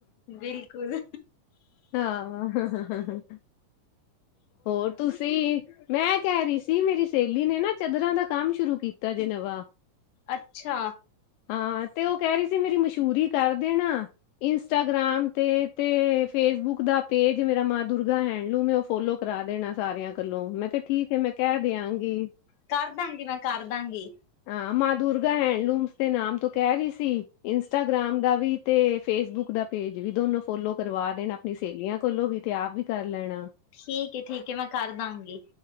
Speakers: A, on the left (about 65°); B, on the left (about 80°).
A: ਬਿਲਕੁਲ
B: ਹਾਂ, ਹਾਹਾਹਾ ਹੋਰ ਤੁਸੀਂ ਮੈਂ ਕਹਿ ਰਹੀ ਸੀ, ਮੇਰੀ ਸਹੇਲੀ ਨੇ ਨਾ ਚਦਰਾਂ ਦਾ ਕੰਮ ਸ਼ੁਰੂ ਕੀਤਾ ਜੇ ਨਵਾਂ।
A: ਅੱਛਾ।
B: ਹਾਂ ਤੇ ਉਹ ਕਹਿ ਰਹੀ ਸੀ, ਮੇਰੀ ਮਸ਼ਹੂਰੀ ਕਰ ਦੇਣਾ। ਇੰਸਟਾਗ੍ਰਾਮ ਤੇ ਤੇ ਫੇਸਬੁਕ ਦਾ ਪੇਜ ਮੇਰਾ ਮਾਂ ਦੁਰਗਾ ਹੈਫਲੂਮ ਫੋਲੋ ਕਰਾ ਦੇਣਾ ਸਾਰਿਆਂ ਕਲੋਂ ਮੈਂ ਕਿਹਾ ਠੀਕ ਐ ਮੈਂ ਕਹਿ ਦਿਆਂਗੀ।
A: ਕਰਦਾਂਗੀ ਮੈਂ ਕਰਦਾਂਗੀ।
B: ਹਾਂ ਮਾਂ ਦੁਰਗਾ ਹੈਂਡਲੂਮਸ ਦੇ ਨਾਮ ਤੋਂ ਕਹਿ ਰਹੀ ਸੀ, ਇੰਸਟਾਗ੍ਰਾਮ ਦਾ ਵੀ ਤੇ ਫੇਸਬੁੱਕ ਦਾ ਪੇਜ ਵੀ ਦੋਨੋ ਫੋਲੋ ਕਰਵਾ ਦੇਣਾ ਆਪਣੀ ਸਹੇਲੀਆਂ ਕੋਲੋਂ ਵੀ, ਤੇ ਆਪ ਵੀ ਕਰ ਲੈਣਾ।
A: ਠੀਕ ਏ, ਠੀਕ ਏ ਮੈਂ ਕਰ ਦਾਂਗੀ।